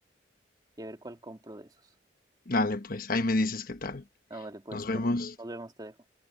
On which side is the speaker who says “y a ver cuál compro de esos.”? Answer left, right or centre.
Right